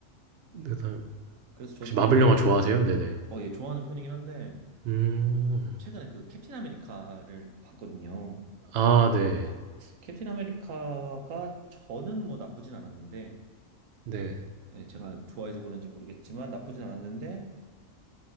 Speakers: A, on the right (about 60°); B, on the right (about 85°).
A: 그다음에
B: 그래서 저도
A: 혹시 마블 영화 좋아하세요? 네네.
B: 어, 예, 좋아하는 편이긴 한데
A: 음,
B: 최근에 그 캡틴 아메리카를 봤거든요.
A: 아, 네,
B: 캡틴 아메리카가 저는 뭐 나쁘진 않았는데
A: 네.
B: 예, 제가 좋아해서 그런지 모르겠지만 나쁘진 않았는데